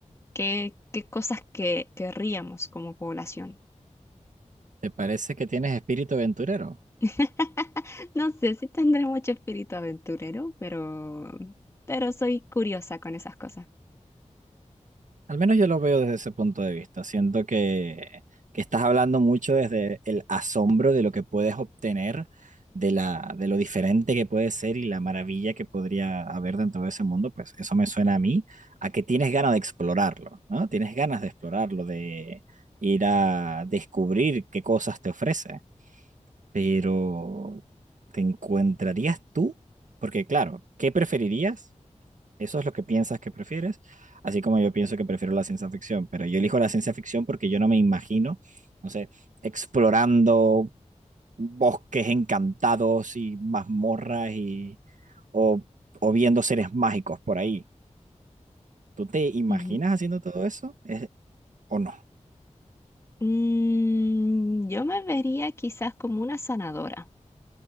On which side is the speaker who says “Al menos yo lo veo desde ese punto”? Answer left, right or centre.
Right